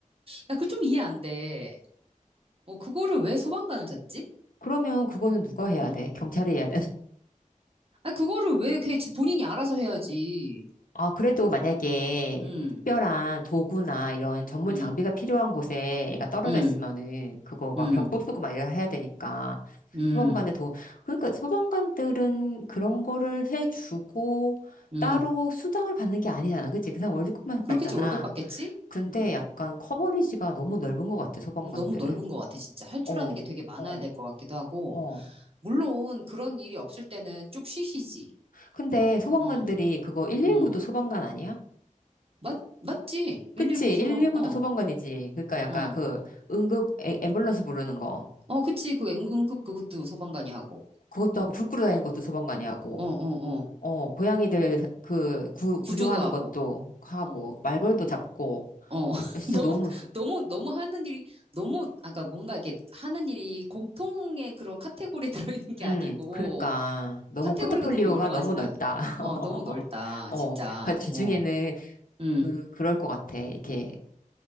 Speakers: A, on the right; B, on the left.
A: 나 그거 좀 이해 안 돼. 어, 그거를 왜 소방관을 찾지?
B: 그러면 그거는 누가 해야
A: 어.
B: 돼? 경찰이 해야
A: 아, 그거를 왜, 걔 본인이 알아서 해야지.
B: 아, 그래도 만약에
A: 음.
B: 특별한 도구나 이런 전문
A: 음,
B: 장비가 필요한 곳에 애가 떨어져
A: 음,
B: 있으면은 그거 막
A: 음,
B: 벽 부수고 막 이래야 해야 되니까
A: 음,
B: 소방관의 도, 그러니까 소방관들은 그런 거를 해주고
A: 음.
B: 따로 수당을 받는 게 아니잖아. 그치? 그 사람 월급만
A: 그렇겠지,
B: 받잖아.
A: 월급 받겠지?
B: 근데
A: 음.
B: 약간 커버리지가 너무 넓은 것 같아, 소방관들은.
A: 음, 너무 넓은 것 같아, 진짜. 할 줄
B: 어,
A: 아는 게 되게 많아야
B: 어,
A: 될 것 같기도 하고.
B: 어.
A: 물론, 그런 일이 없을 때는 쭉 쉬시지.
B: 근데 소방관들이
A: 응,
B: 그거 119도
A: 응.
B: 소방관 아니야?
A: 맞, 맞지? 119
B: 그치?
A: 소방,
B: 119도
A: 어,
B: 소방관이지. 그러니까 약간
A: 어.
B: 그 응급 에, 앰뷸런스 부르는 거.
A: 어, 그치. 그 응- 응급 그것도 소방관이 하고.
B: 그것도 하고 불 끄러 다니는 것도 소방관이 하고.
A: 어, 어, 어.
B: 어, 고양이들 그 구, 구조하는
A: 구조도 하고.
B: 것도 하고
A: 어,
B: 말벌도
A: 어.
B: 잡고.
A: 어, <laughs>
B: 진짜
A: 너무,
B: 너무
A: 너무, 너무 하는 일이, 너무, 아까 뭔가 이게 하는 일이 공통의 그런 카테고리에 <laughs> 들어있는 게
B: 음,
A: 아니고,
B: 그러니까 너무
A: 카테고리가
B: 포트폴리오가
A: 너무 여러 가지다.
B: 너무 넓다. <laughs>
A: 어, 너무 넓다,
B: 어,
A: 진짜.
B: 그러니까 나중에는
A: 어, 음,
B: 그 그럴 것 같아. 이렇게